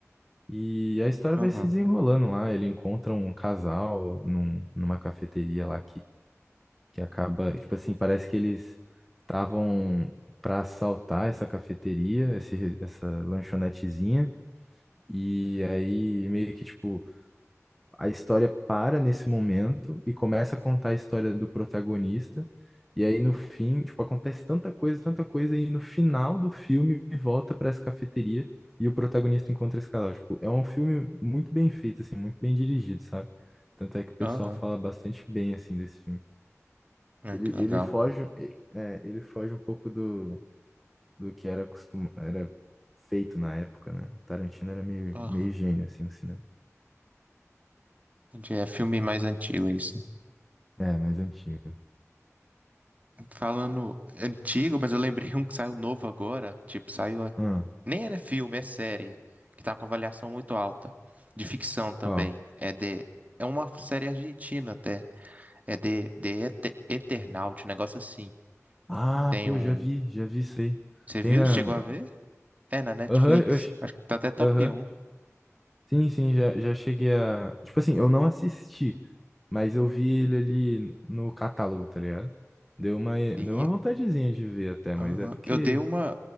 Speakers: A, in the centre; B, on the right.
A: E a história
B: Aham.
A: vai se desenrolando lá. Ele encontra um casal num, numa cafeteria lá que acaba, tipo assim, parece que eles estavam para assaltar essa cafeteria, esse, essa lanchonetezinha. E aí, meio que, tipo, a história para nesse momento e começa a contar a história do protagonista. E aí, no fim, tipo, acontece tanta coisa, tanta coisa, e no final do filme volta para essa cafeteria e o protagonista encontra esse casal. Tipo, é um filme muito bem feito, assim, muito bem dirigido, sabe? Tanto é que o pessoal
B: Aham.
A: fala bastante bem, assim, desse filme.
B: Ah,
A: Ele,
B: que legal.
A: ele foge, é, ele foge um pouco do, do que era costuma, era feito na época, né? Tarantino era meio,
B: Aham.
A: meio gênio, assim, no cinema.
B: Entendi, É filme mais antigo é isso.
A: É, mais antigo.
B: Falando antigo, mas eu lembrei um que saiu novo agora. Tipo, saiu. a-
A: Ah,
B: Nem era filme, é série. Que tá com avaliação muito alta. De ficção também.
A: qual?
B: É de. É uma série argentina até. É de, de Ete- Eternaut, um negócio assim.
A: Ah,
B: Tem
A: pô,
B: um.
A: já vi, já vi isso aí.
B: Você
A: Tem
B: viu?
A: na...
B: Chegou a ver? É na Netflix.
A: Aham, eu... che-
B: Acho que tá até top
A: Aham.
B: um.
A: Sim, sim, já, já cheguei a... Tipo assim, eu não assisti, mas eu vi ele ali no catálogo, tá ligado? Deu uma, deu
B: Sim.
A: uma vontadezinha de ver até,
B: aham.
A: mas é porque...
B: Eu dei uma.